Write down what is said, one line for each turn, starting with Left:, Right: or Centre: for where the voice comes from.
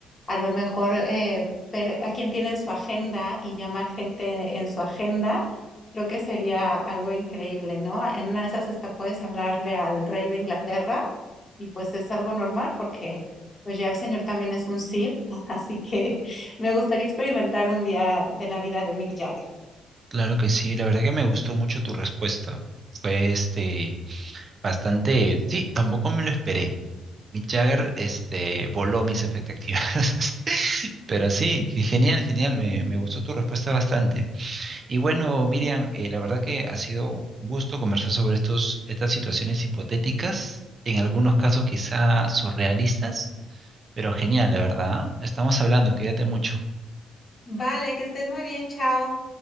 Left: a lo mejor eh, ver a quién tiene en su agenda y llamar gente en su agenda, creo que sería algo increíble, ¿no? En una de esas hasta puedes hablarle al rey de Inglaterra y pues es algo normal porque pues ya el señor también es un sir, <laughs> así que me gustaría experimentar un día de la vida de Mick Jagger.
Right: claro que sí, la verdad que me gustó mucho tu respuesta. Fue este... Bastante, sí, tampoco me lo esperé. Mick Jagger, este, voló mis expectativas. <laughs> Pero sí, genial, genial, me, me gustó tu respuesta bastante. Y bueno, Miriam, eh, la verdad que ha sido un gusto conversar sobre estos, estas situaciones hipotéticas, en algunos casos quizá surrealistas, pero genial, la verdad. ¿ah? Estamos hablando, cuídate mucho.
Left: Vale, que estés muy bien, chao.